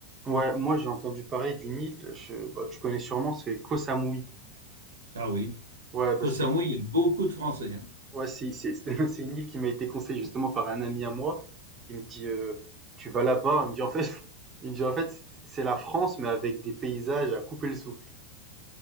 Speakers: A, on the right; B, on the right.
A: ouais, moi j'ai entendu parler d'une île, je bah, tu connais sûrement, c'est Koh Samui.
B: Ah oui.
A: Ouais, bah,
B: Koh
A: c'est
B: Samui, il y a beaucoup de Français. hein.
A: Ouais, c'est c'est <laughs> c'est une île qui m'a été conseillée justement par un ami à moi. Il me dit heu, tu vas là-bas, il me dit en fait <laughs> il me dit en fait c c'est la France mais avec des paysages à couper le souffle.